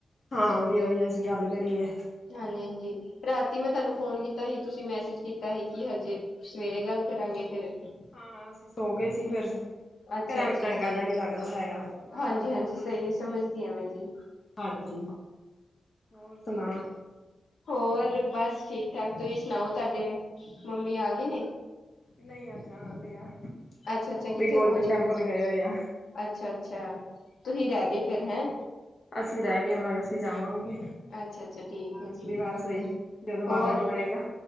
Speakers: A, on the left; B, on the left.
A: ਹਾਂ ਵੀ ਉਹੀ ਅਸੀਂ ਗੱਲ ਕਰੀਏ
B: ਹਾਂਜੀ ਹਾਂਜੀ ਰਾਤੀ ਮੈਂ ਤੁਹਾਨੂੰ ਫੋਨ ਕੀਤਾ ਸੀ ਤੁਸੀਂ ਮੈਸੇਜ ਕੀਤਾ ਸੀ ਕਿ ਹਜੇ ਸਵੇਰੇ ਗੱਲ ਕਰਾਂਗੇ ਫੇਿਰ
A: ਹਾਂ ਅਸੀਂ ਸੋ ਗਏ ਸੀ ਫਿਰ
B: ਅੱਛਾ-ਅੱਛਾ
A: ਘਰ ਐਵੇਂ ਚੰਗਾ
B: ਜੀ
A: ਜਿਹਾ ਨਹੀਂੀ ਲੱਗਦਾ ਹੈਗਾ ਨਾਲ
B: ਹਾਂਜੀ-ਹਾਂਜੀ ਸਹੀ ਸਮਝਦੀ ਆ ਮੈਂ ਜੀ
A: ਹਾਂਜੀ ਹੋਰ ਸੁਣਾ
B: ਹੋਰ ਬਸ ਠੀਕ ਠਾਕ ਤੁਸੀਂ ਸੁਣਾਓ। ਤੁਹਾਡੇ ਮੰਮੀ ਆ ਆ ਗਏ ਨੇ
A: ਨਹੀਂ ਅੱਜ ਆਣ ਡਿਆ
B: ਅੱਛਾ ਅੱਛਾ
A: ਉਹ
B: ਕਿੱਥੇ
A: ਵੀ ਗੋਲਡਨ
B: ਪਹੁੰਚੇ
A: ਟੈਂਪਲ ਗਏ ਹੋਏ ਆ।
B: ਅੱਛਾ ਅੱਛਾ ਤੁਸੀਂ ਰਹਿ ਗਏ ਫਿਰ ਹੈਂ?
A: ਅਸੀਂ ਰਹਿ ਗਏ ਹੁਣ ਅਸੀਂ ਜਾਵਾਂਗੇ।
B: ਅੱਛਾ ਅੱਛਾ ਠੀਕ ਹੈ
A: ਅਗਲੀ
B: ਜੀ
A: ਵਾਰ ਸਹੀ ਜਦੋਂ
B: ਹੋਰ
A: ਬਾਬਾ ਬੁਲਾਏਗਾ।